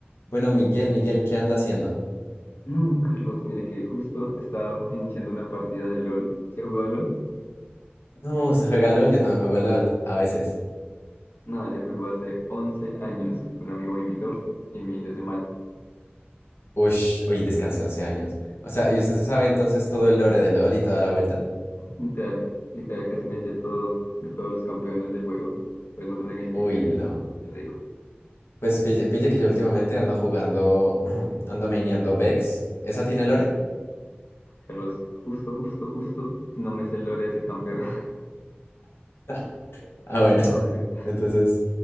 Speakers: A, on the left; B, on the left.
A: Bueno, Miguel, Miguel, ¿qué anda haciendo?
B: No, Carlos, mire que justo estaba iniciando una partida de LOL. ¿Se ha jugado LOL?
A: No, usted juega LOL, yo también juego LOL, a veces.
B: No, yo juego hace 11 años. Un amigo me invitó y me hizo ese mal.
A: Uy, uy, descansé 11 años. O sea, ¿y usted se sabe entonces todo el lore de LOL y toda la vuelta?
B: Literal, literal casi me sé todo de todos los campeones del juego. Pregúntame el
A: Uy,
B: que quiera
A: no.
B: y te lo digo.
A: Pues pille, pille que yo últimamente ando jugando, <clears throat> ando maineando Vex. ¿Esa tiene lore?
B: Carlos, justo, justo, justo, no me sé el lore de ese campeón. <laughs>
A: <laughs> Ah, bueno,
B: No, es que-
A: entonces,